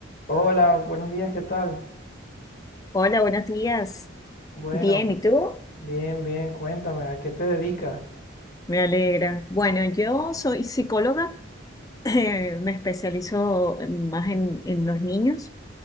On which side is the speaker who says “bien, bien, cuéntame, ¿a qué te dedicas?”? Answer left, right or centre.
Left